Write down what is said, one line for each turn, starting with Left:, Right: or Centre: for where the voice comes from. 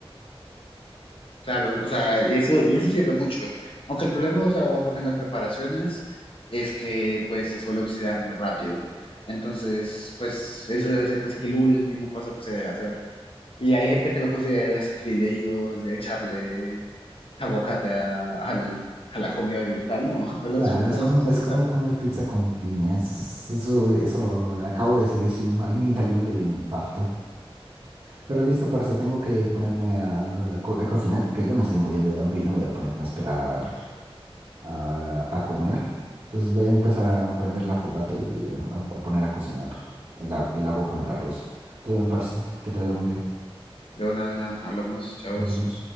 Left: Claro, o sea, y eso, y eso sirve mucho. Aunque el problema de usar aguacate en las preparaciones es que pues se suele oxidar muy rápido. Entonces, pues eso debe ser casi que el último paso que se debe hacer. Y hay gente que lo consideraría sacrilegio de echarle aguacate a, al- a la comida oriental. No, <laughs> no, las,
Right: Claro,
Left: no
Right: es
Left: te
Right: como,
Left: las puedes
Right: es
Left: pensar.
Right: como comer pizza con piñas. Eso, eso, le acabo de decir eso y, ma- y un italiano le dio un infarto. Pero listo, parce, tengo que ponerme a, a co- a cocinar porque ya me estoy muriendo de hambre y no voy a ponerme a esperar a, a comer. Entonces voy a empezar a prender la fogata y eh, a, a poner a cocinar el, a- el agua con el arroz. Todo bien, parce, que te vaya muy bien.
Left: De una, de una, hablamos, chao.
Right: Nos vemos.